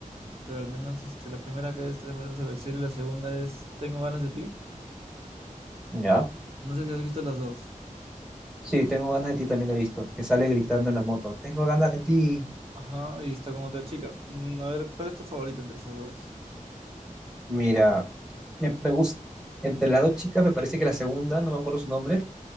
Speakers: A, on the right (about 45°); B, in the centre.
A: pero al menos este, la primera que es Tres metros sobre el cielo y la segunda es Tengo ganas de ti.
B: Ya.
A: No sé si has visto las dos.
B: Sí, tengo ganas de ti también la he visto, que sale gritando en la moto. Tengo ganas de ti.
A: Ajá, y está con otra chica. Mm, A ver, ¿cuál es tu favorita entre esas dos?
B: Mira, me, me gusta. Entre las dos chicas me parece que la segunda, no me acuerdo su nombre,